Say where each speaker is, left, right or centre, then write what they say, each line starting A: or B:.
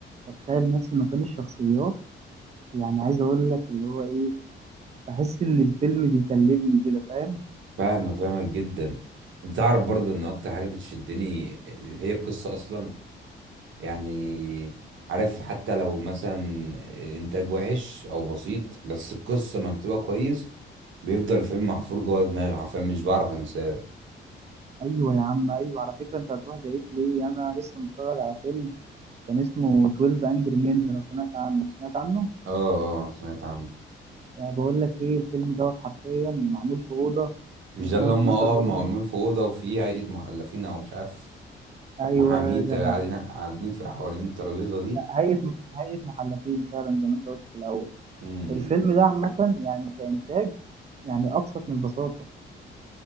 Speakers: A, on the right (about 35°); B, on the right (about 70°).
A: بتخيل نفسي مكان الشخصيات يعني عايز اقول لك اللي هو ايه بحس ان الفيلم بيكلمني كده فاهم
B: فاهمك فاهمك جدا انت تعرف برضه ان اكتر حاجه بتشدني اللي هي القصه اصلا يعني عارف حتى لو مثلا الانتاج وحش او بسيط بس القصه مكتوبه كويس بيفضل الفيلم محفور جوه دماغي عارفين مش بعرف انساه
A: ايوه يا عم ايوه على فكره انت هتروح بعيد ليه انا لسه متفرج على فيلم كان اسمه 12 انجري مان لو سمعت عنه سمعت عنه
B: اه اه سمعت عنه
A: يعني بقول لك ايه الفيلم دوت حرفيا معمول في اوضه
B: مش
A: وفيها
B: ده اللي
A: 12
B: هم اه
A: راجل
B: معمول في اوضه وفيه هيئه محلفين او مش عارف
A: ايوه
B: محامين
A: يا جدع
B: تا- قاعدين قاعدين في حوالين الترابيزه دي
A: لا هيئة هيئة محلفين فعلا زي ما انت قلت في الأول
B: امم
A: الفيلم ده عامة يعني كإنتاج يعني أبسط من البساطة